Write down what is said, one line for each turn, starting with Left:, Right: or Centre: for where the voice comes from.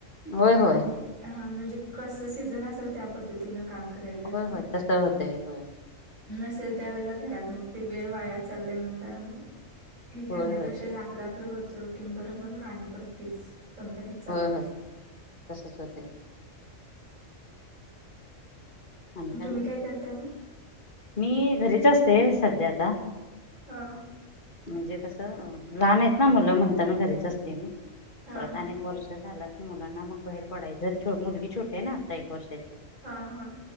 Left: होय होय
Right: आणि ह म्हणजे कस सीझन असेल त्या पद्धतीनं. काम करायला लागते
Left: होय होय तस होतय होय
Right: नसेल त्यावेळेला घरात मग ते वेळ वाया चाललंय म्हणता मग हे करण्यापेक्षा
Left: होय होय
Right: आपलं आपलं रोज रो- टिंग बरं म्हणून आणि परत तेच कंपनी चालू.
Left: होय होय तसच होतय आणि काय
Right: तुम्ही
Left: मग?
Right: करताय मग?
Left: मी घरीच असते सध्या आता.
Right: हा.
Left: म्हणजे कसं लहान आहेत ना मुलं म्हणताना घरीच असते मी
Right: हा
Left: परत
Right: हा
Left: अनेक वर्ष झाला मुलांना मग बाहेर पडायर मुलगी छोटे ना आता एक वर्ष
Right: हा हा.